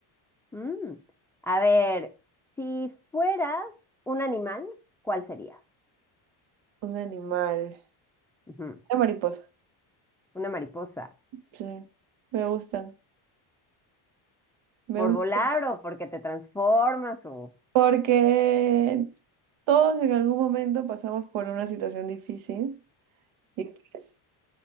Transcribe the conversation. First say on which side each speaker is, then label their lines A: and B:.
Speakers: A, in the centre; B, on the right.
A: mm. A ver, si fueras un animal, ¿cuál serías?
B: Un animal,
A: Ujú,
B: una mariposa.
A: Una mariposa.
B: Sí, me gusta. Me
A: por
B: gusta
A: volar o porque te transformas o...
B: porque todos en algún momento pasamos por una situación difícil y pues,